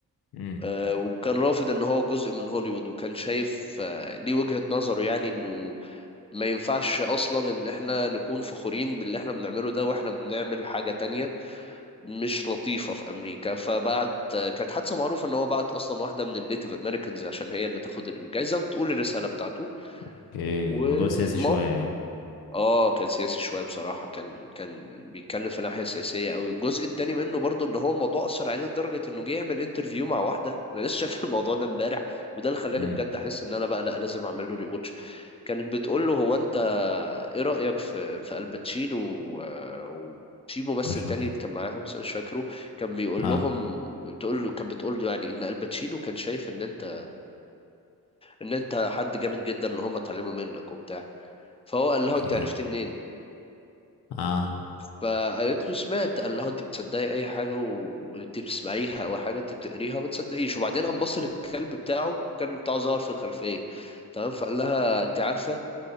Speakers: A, on the left; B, on the left.
A: امم
B: آه، وكان رافض ان هو جزء من هوليوود وكان شايف آه، ليه وجهة نظره يعني انه ما ينفعش اصلا ان احنا نكون فخورين باللي احنا بنعمله ده واحنا بنعمل حاجة تانية مش لطيفة في امريكا فبعت آه، كانت حادثة معروفة ان هو بعت اصلا واحدة من النيتيف امريكانز عشان هي اللي تاخد الجايزة وتقول الرسالة بتاعته
A: اوكي
B: والموقف
A: موضوع سياسي شويه يعني
B: اه كان سياسي شويه بصراحه كان كان بيتكلم في ناحيه سياسيه قوي الجزء التاني منه برضو ان هو الموضوع اثر عليه لدرجه انه جه يعمل انترفيو مع واحده انا لسه شايف <laughs> الموضوع ده امبارح وده اللي خلاني
A: امم
B: بجد احس ان انا بقى لا لازم اعمل له ري واتش كانت بتقول له هو انت ايه رايك في في الباتشينو و- وفي ممثل
A: كشخص
B: تاني كان معاهم بس أنا مش فاكره كان بيقول
A: اه
B: لهم بتقول له كان بتقول له يعني ان الباتشينو كان شايف ان انت ان انت حد جامد جدا اللي هم اتعلموا منك وبتاع فهو قال لها
A: اوكي
B: انت عرفتي منين
A: اه
B: فقالت له سمعت قال لها انت بتصدقي اي حاجه وانت بتسمعيها او حاجه انت بتقريها ما تصدقيش وبعدين قام بص للكلب بتاعه الكلب بتاعه ظهر في الخلفيه تمام فقال لها انت عارفه